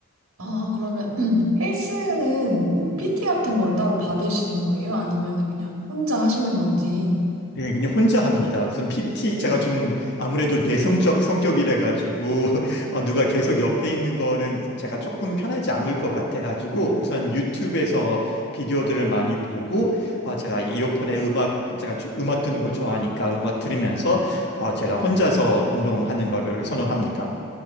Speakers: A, on the right; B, on the left.
A: 아, 그러면 <clears throat> 헬스는 뭐 PT 같은 걸 따로 받으시는 거예요? 아니면 그냥 혼자 하시는 건지?
B: 네, 그냥 혼자 합니다. 무슨 PT, 제가 좀 아무래도 내성적 성격이라 가지고, <laughs> 어, 누가 계속 옆에 있는 거는 제가 조금 편하지 않을 것 같아 가지고, 우선 유튜브에서 비디오들을 많이 보고, 어, 제가 이어폰에 음악, 제가 주- 음악 듣는 걸 좋아하니까 음악 들으면서, 어, 제가 혼자서 운동하는 거를 선호합니다.